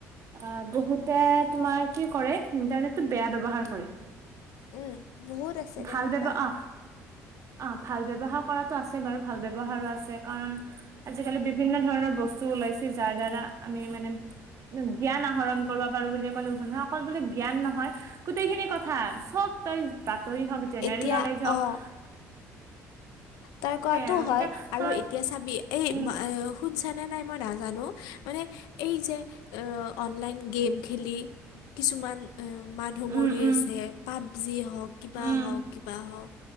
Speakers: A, on the right; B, on the left.
A: আ বহু তে তোমাৰ কি কৰে ইণ্টাৰনেটটো বেয়া ব্যৱহাৰ কৰে।
B: উম বহুত আছে
A: ভাল
B: তেনেকুৱা
A: ব্যব অ অ' ভাল ব্যৱহাৰ কৰাতো আছে বাৰু, ভাল ব্যৱহাৰো আছে কাৰণ আজিকালি বিভিন্ন ধৰণৰ বস্তু ওলাইছে যাৰ দ্বাৰা আমি মানে জ্ঞান আহৰণ কৰিব পাৰোঁ বুলি ক'লেও ভ নহয়, অকল বোলে জ্ঞান নহয় গোটেইখিনি কথা, চব তই বাতৰি হওঁক, জেনেৰেল
B: এতিয়া
A: নলেজ হওঁক
B: অ তই কোৱাটোও
A: আৰু
B: হয়
A: এতিয়া
B: আৰু
A: তই
B: এতিয়া চাবি এই <unintelligible>
A: উম
B: শুন চানে নাই মই নাজানো, মানে এই যে অনলাইন গেম খেলি কিছুমান মানুহ
A: উম
B: মৰি
A: উম
B: আছে। পাবজি হওঁক কিবা
A: উম
B: হওঁক কিবা হওঁক